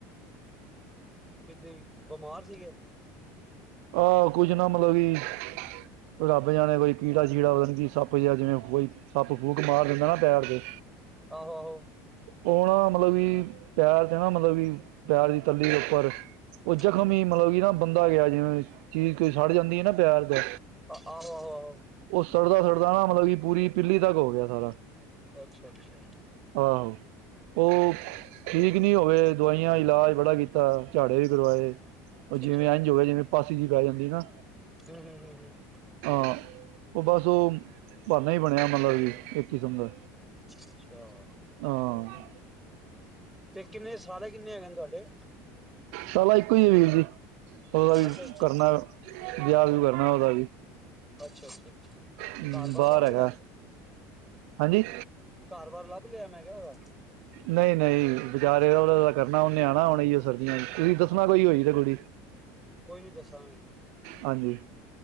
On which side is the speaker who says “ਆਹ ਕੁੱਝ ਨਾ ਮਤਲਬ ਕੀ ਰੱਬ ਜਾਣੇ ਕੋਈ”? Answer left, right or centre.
Right